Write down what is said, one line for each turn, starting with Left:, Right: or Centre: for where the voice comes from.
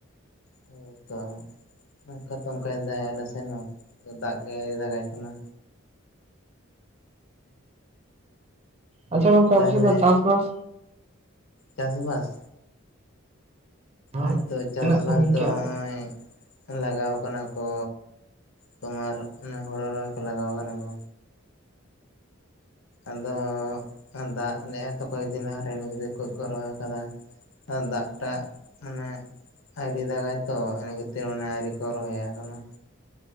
Left: ᱦᱮᱸ ᱛᱚ ᱚᱱᱠᱟ ᱛᱚ ᱚᱱᱠᱟᱭ ᱫᱟᱭ ᱟᱞᱮ ᱥᱮᱱ ᱦᱚᱸ ᱫᱟᱜ ᱜᱮ ᱟᱣᱨᱤ ᱫᱟᱜᱟᱭ ᱠᱟᱱᱟ᱾
Right: ᱟᱪᱪᱷᱟ ᱜᱚᱝᱠᱮ
Left: ᱛᱟᱦᱞᱮ
Right: ᱟᱯᱮ ᱥᱮ ᱫᱚ ᱪᱟᱥᱵᱟᱥ
Left: ᱪᱟᱥᱵᱟᱥ
Right: ᱦᱮᱸ
Left: ᱦᱚᱭᱛᱳ ᱪᱟᱥᱵᱟᱥ
Right: ᱛᱤᱱᱟᱹᱜ ᱥᱟᱺᱜᱤᱧ
Left: ᱫᱚ
Right: ᱠᱮᱜᱼᱟ
Left: ᱱᱚᱜ-ᱚᱭ ᱞᱟᱜᱟᱣ ᱠᱟᱱᱟ ᱠᱚ, ᱛᱳᱢᱟᱨ ᱚᱱᱟ ᱦᱳᱲᱳ ᱨᱚᱦᱚᱭ ᱠᱚ ᱞᱟᱜᱟᱣ ᱠᱟᱱᱟ ᱠᱚ᱾ ᱟᱫᱚ ᱫᱟᱜ ᱞᱮᱜ-ᱟ ᱛᱚ ᱠᱚᱭᱮᱠ ᱫᱤᱱ ᱞᱟᱦᱟᱨᱮ ᱤᱱᱟᱹ ᱠᱚ ᱨᱚᱦᱚᱭ ᱟᱠᱟᱫᱟ᱾ ᱟᱨ ᱫᱟᱜ ᱴᱟᱜ ᱢᱟᱱᱮ ᱟᱭᱨᱤ ᱫᱟᱜᱟᱭ ᱛᱚ ᱟᱹᱨᱤ ᱠᱚ ᱨᱚᱦᱚᱭᱟ ᱟᱠᱟᱱᱟ